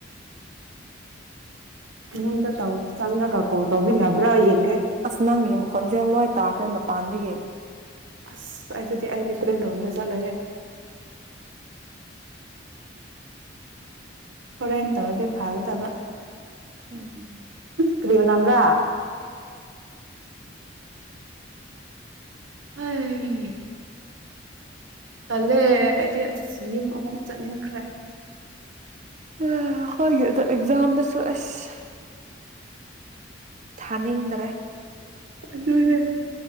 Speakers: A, on the right (about 80°); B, on the right (about 40°).
A: ꯅꯨꯡꯗ ꯇꯥꯎ ꯆꯪ꯭ꯔꯒꯀꯣ ꯇꯧꯕꯤ ꯌꯥꯕ꯭ꯔꯥ ꯌꯦꯅꯤ
B: ꯑꯁ ꯅꯪꯒꯤ ꯃ ꯈꯣꯟꯖꯂꯣ ꯇꯥꯈ꯭ꯔꯦ ꯃꯄꯥꯟꯗꯒꯤ
A: ꯑꯁ ꯑꯗꯨ ꯑꯗꯨꯗꯤ ꯑꯩ ꯂꯤ ꯇ꯭ꯔꯦꯟ ꯂꯣꯝꯗ ꯆꯠꯂꯒꯦ <unintelligible> ꯍꯣꯔꯦꯟ ꯇꯧꯔꯗꯤ ꯐꯥꯒꯗꯕ
B: ꯑꯣꯝ
A: ꯀꯔꯤꯕ꯭ꯔꯥ ꯍ ꯄꯜꯂꯦ ꯑꯩꯗꯤ ꯑꯁ ꯌꯨꯝ ꯑꯃ ꯆꯠꯅꯤꯡꯈ꯭ꯔꯦ
B: ꯑ ꯍꯣꯏ ꯑꯦꯛꯖꯝꯗꯁꯨꯁꯨ ꯑꯁ ꯊꯥꯅꯤꯡꯗ꯭ꯔꯦ
A: ꯑꯗꯨꯅꯦ